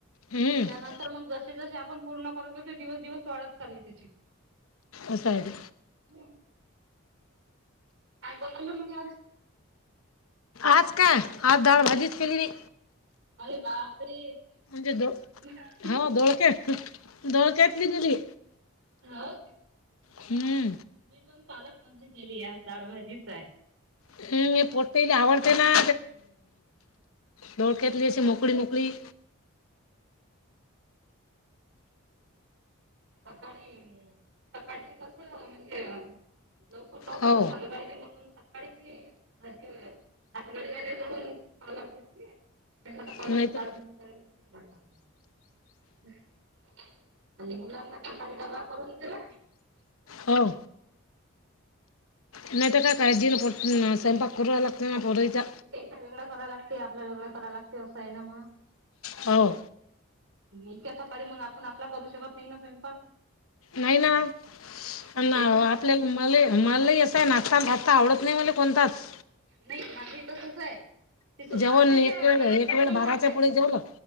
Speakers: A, on the left; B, on the right.
A: हम्म
B: त्याच्यानंतर मग जसे जसे आपण पूर्ण करून गेल ते दिवस दिवस वाढत चालली त्याची.
A: असं हाय ते.
B: हम्म. काय बोल <unintelligible> मी आज.
A: आज काय? आज डाळ भाजीच केली नाही.
B: अरे बापरे!
A: म्हणजे दो
B: <unintelligible>
A: हो दोळके दोळक्यातली दिली
B: होऊ.
A: हम्म
B: मी पण पालक भजी केलीयं. आज डाळ भाजीच हाय.
A: हम्म. हे पोटिला आवडतेना. डोक्यातलीशी मोकळी मोकळी
B: सकाळी, सकाळचीच असलं म्हणजे अ लवकर लवकरच
A: हो
B: झालं पाहिजे म्हणून- - सकाळी ती भाजी <unintelligible> जाऊ घेतली. म्हटलं आता पालक
A: नाहीतर
B: दाल भाजी <unintelligible> आणि मुलांना सकाळी डबा करून दिला?
A: हो
B: हम्म.
A: नाही तर काय काळजी स्वयंपाक करू लागतना पोरीचा.
B: एक वेगळा कराय लागते. आपला वेगळां कराय लागते. असं आहे ना मग.
A: हो
B: इतक्या सकाळी मग आपण आपला करू शकत नाही ना स्वयंपाक.
A: नाही ना. <unintelligible>
B: त्याच
A: आपल्याला मला मलाही असंय नाश्ता फास्ता आवडत नाही मला कोणताच.
B: नाही. माझं तसच हाय. तसं
A: जेवण
B: नाशत्याच्या
A: एक वेळ
B: वेळात
A: एक
B: बसना
A: वेळ बाराच्या
B: हातयत
A: पुढे जेवलं